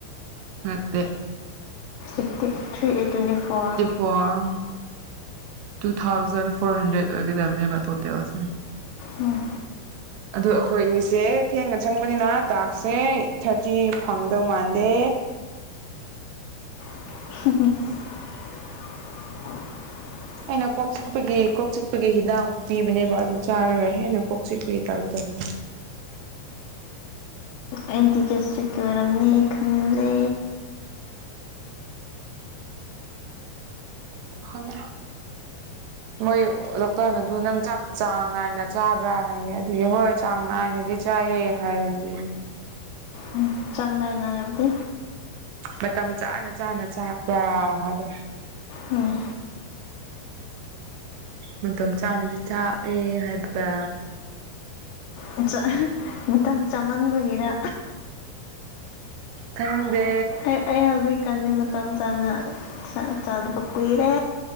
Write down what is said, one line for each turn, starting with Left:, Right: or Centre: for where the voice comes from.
Right: ꯅꯠꯇꯦ
Left: ꯑꯦꯠꯇꯦ ꯊ꯭ꯔꯤ ꯑꯩꯠ ꯇ꯭ꯋꯦꯟꯇꯤ ꯐꯣꯔ
Right: ꯑꯣ ꯇꯨ ꯊꯥꯎꯖꯟ ꯐꯣꯔ ꯍꯟꯗ꯭ꯔꯦꯠ ꯑꯣꯏꯒꯗꯝꯅꯦꯕ ꯇꯣꯇꯦꯜꯁꯦ
Left: ꯎꯝ
Right: ꯑꯗꯨ ꯑꯩꯈꯣꯏ ꯑꯅꯤꯁꯦ ꯊꯦꯡꯅ ꯆꯪꯕꯅꯤꯅ ꯇꯥꯛꯁꯦ ꯊ꯭ꯥꯔꯇꯤ ꯐꯪꯗꯧ ꯃꯥꯟꯗꯦ
Left: ꯍꯥꯍꯥ
Right: ꯑꯩꯅ ꯀꯣꯛ ꯆꯤꯛꯄꯒꯤ ꯀꯣꯛ ꯆꯤꯛꯄꯒꯤ ꯍꯤꯗꯥꯛ ꯄꯤꯕꯅꯦꯕ ꯑꯗꯨ ꯆꯥꯔꯒ ꯍꯦꯟꯅ ꯀꯣꯛ ꯆꯤꯛꯄꯒꯤ ꯇꯥꯞ ꯇꯧꯔꯦ
Left: ꯑꯦꯟꯇꯤ ꯒꯦꯁꯇ꯭ꯔꯤꯛꯀꯤ ꯑꯣꯏꯔꯝꯅꯤ ꯈꯪꯂꯦ
Right: ꯈꯪꯂꯦ ꯃꯣꯏ ꯂꯣꯛꯇꯔꯅꯗꯨ ꯅꯪ ꯆꯥꯛ ꯆꯥꯡꯅꯥꯏꯅ ꯆꯥꯕ꯭ꯔꯥ ꯍꯥꯏꯌꯦ ꯑꯗꯨꯒꯤ ꯍꯣꯏ ꯆꯥꯡ ꯅꯥꯏꯅꯗꯤ ꯆꯥꯏꯌꯦ ꯍꯥꯏꯔꯕꯅꯦ
Left: ꯎꯝ ꯆꯥꯡ ꯅꯥꯏꯅ ꯍꯥꯏꯕꯗꯤ
Right: ꯃꯇꯝ ꯆꯥꯅ ꯆꯥꯅ ꯆꯥꯛꯄ꯭ꯔꯥ ꯍꯥꯏꯕ
Left: ꯎꯝ
Right: ꯃꯇꯝ ꯆꯥꯅꯗꯤ ꯆꯥ ꯑꯦ ꯍꯥꯏꯕꯥ
Left: ꯑꯟꯆꯥꯍ ꯃꯇꯝ ꯆꯥꯃꯟꯕꯒꯤꯔ
Right: ꯈꯪꯗꯦ
Left: ꯑꯦ ꯑꯩ ꯍꯧꯖꯤꯛꯀꯥꯟꯗꯤ ꯃꯇꯝ ꯆꯥꯅ ꯆꯥ ꯆꯥꯗꯕ ꯀꯨꯏꯔꯦ